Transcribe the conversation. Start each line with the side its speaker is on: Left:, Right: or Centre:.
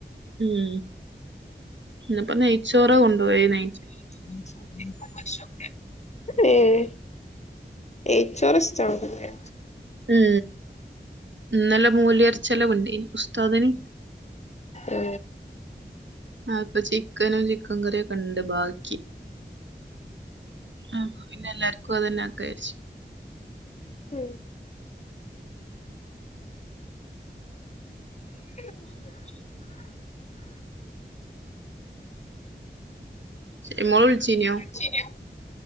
Right: മ് ഇന്ന് പ്പൊ നെയ്ച്ചോറാ കൊണ്ടോയിണെ
Left: <inaudible> ഏയ് നെയ്ച്ചോറ് ഇഷ്ട്ടാണ്ല്ലേ
Right: മ് ഇന്നെലെ മോല്യേർച്ചെലവുണ്ടേയ്നിം ഉസ്താദിന്
Left: ഏ
Right: അപ്പൊ ചിക്കനും ചിക്കൻ കറിയൊക്കെണ്ട് ബാക്കി അപ്പൊപിന്നെ എല്ലാർക്കും അതന്നെ ആക്കാരിച്ചു
Left: ഹ് <inaudible>
Right: ഷൈമോള് വിളിച്ചീനോ
Left: ചീയും